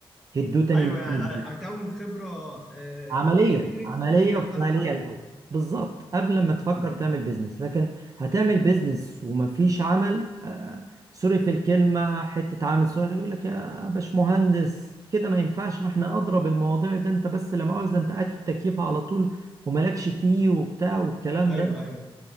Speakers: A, on the right; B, in the centre.
A: هدوه تاني
B: ايوه يعني
A: من
B: آه، اكون خبره آه
A: عملية
B: كبيره
A: عملية
B: تخليني
A: وفعالية
B: اقدر احدد
A: الأول بالظبط قبل ما تفكر
B: مم.
A: تعمل بيزنس لكن هتعمل بيزنس ومفيش عمل آه سوري في الكلمة حتة عامل صغير يقول لك يا باشمهندس كده ما ينفعش واحنا أدرى بالمواضيع ده أنت بس لا مؤاخذة أنت قاعد في التكييف على طول ومالكش فيه وبتاع والكلام
B: ايوه
A: ده
B: ايوه